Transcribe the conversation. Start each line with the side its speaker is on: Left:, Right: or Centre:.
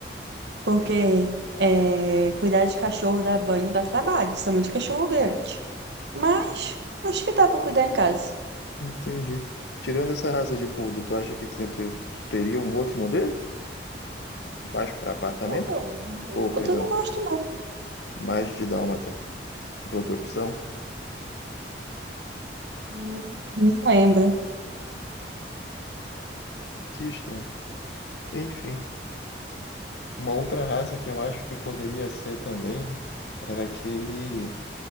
Right: Porque é, cuidar de cachorro dá banho, dá trabalho, principalmente cachorro grande. Mas acho que dá pra cuidar em casa.
Left: Entendi. Tirando essa raça de poodle, tu acha que te- te- tu teria um outro modelo? Mais para apartamento?
Right: Poodle?
Left: Ou,
Right: Poodle
Left: perdão,
Right: eu não gosto, não.
Left: mais de dálmata. Outra opção?
Right: Hum, Não lembro.
Left: Que estranho. Enfim, uma outra raça que eu acho que poderia ser também era aquele,